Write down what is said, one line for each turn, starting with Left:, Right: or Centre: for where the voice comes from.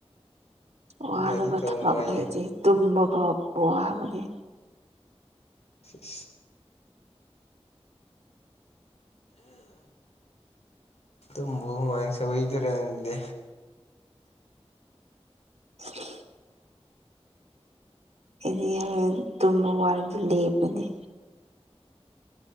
Right: ꯋꯥꯗꯕ
Left: ꯒꯥꯔꯤ ꯇꯧꯅꯨ
Right: ꯊꯕꯛ
Left: ꯍꯥꯏꯌꯦ
Right: ꯂꯩꯇꯤ ꯇꯨꯝꯕ ꯐꯥꯎ ꯋꯥꯕꯅꯦ꯫
Left: <unintelligible> ꯇꯨꯝꯕꯨ ꯍꯨꯃꯥꯡ ꯁꯧꯋꯦꯗꯨꯔꯥꯡꯗꯤ
Right: <unintelligible> ꯑꯩꯗꯤ ꯌꯥꯉꯟ ꯇꯨꯝꯕ ꯋꯥꯔꯤꯗꯤ ꯂꯦꯞꯄꯅꯦ꯫